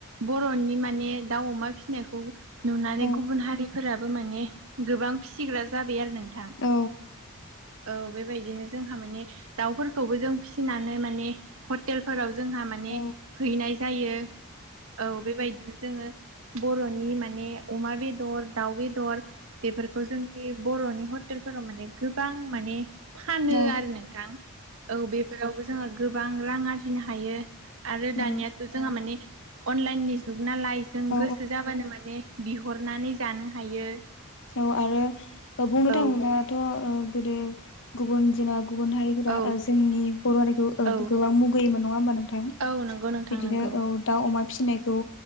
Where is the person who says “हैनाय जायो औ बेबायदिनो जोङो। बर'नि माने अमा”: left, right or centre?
Right